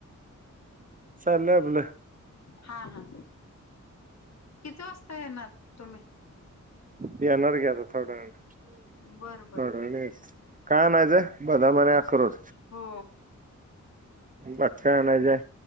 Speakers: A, on the right; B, on the left.
A: चालोंयआपल.
B: हा हा किती वाजता येणार तुम्ही?
A: येणार आता थोड्या वेळान, थोड्या
B: बर बर
A: वेळान यायचं. काय अणायचं? बदाम आणि आक्रोड.
B: हो
A: बाकी काय अनायचायं?